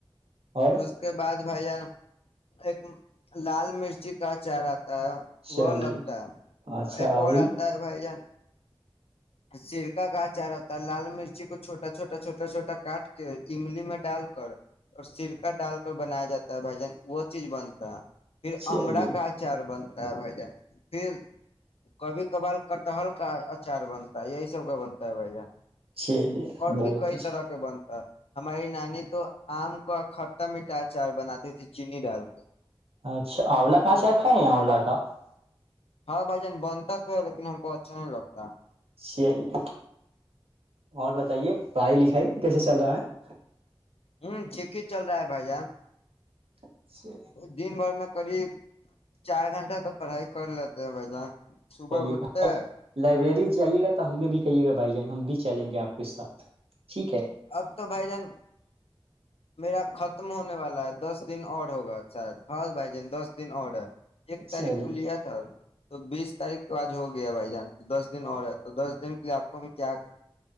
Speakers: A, on the right; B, on the left.
A: اور
B: اس کے بعد بھائی جان ایک لال مرچی کا چارہ
A: چلیے
B: وہ لگتا ہے
A: اچھا
B: ایک اور
A: یہ
B: آتا ہے بھائی جان <unintelligible> سرکا کا اچار ہوتا ہے لال مرچی کو چھوٹا چھوٹا چھوٹا چھوٹا کاٹ کے املی میں ڈال کر اور سرکا ڈال کر بنایا جاتا ہے بھائی جان وہ چیز بنتا ہے پھر
A: چلیے
B: امڑا کا اچار بند خ جائے پھر کبھی کبار کٹحل کا اچار <unintelligible> یہی سب کا بنتا ہے بھ
A: چلیے
B: اور
A: بہت
B: بھی کئی
A: اچھا
B: طرح کے بنتا <unintelligible> ہماری نانی تو آم کا کھٹٹا مٹھا ا چاار بناتیے چینی ڈال <unintelligible>
A: اچھا آولا کہاںچ آکھا آولہ کا تھا <unintelligible>
B: ہاں بھائی جان بنتا تو ہے لیکن ہم کو اچھا نہیں لگتا
A: چلی اور بتائیے پڑھائی لکھائی کیسا چل رہا ہے
B: ہوں ٹھیک ہی چل رہا ہے بھائی جان <unintelligible>
A: ہے
B: دن بھر میں <unintelligible> قریب چار گھنٹہ تو پڑھائی کر لیتے ہیں بھ جان صبح
A: چلیے
B: اٹھتے
A: بھائی
B: ہیں
A: لائبریری جائیے گا تو ہم بھی کہیے گا بھائی جان ہم بھی چلیں گے آپ کے ساتھ ٹھیک ہے
B: اب تو بھائی جان میرا ختم ہونے والا ہے دس دن اور ہوگا شاید ہاں بھائی جان دس دن اور ہے ایک
A: چلیے
B: تاریخ کو لیا تھا تو بیس تاریخ تو آج ہو گیا ہے بھائی جان دس دن اور ہے تو دس دن کے لیے آپ کو ہم کیا کہ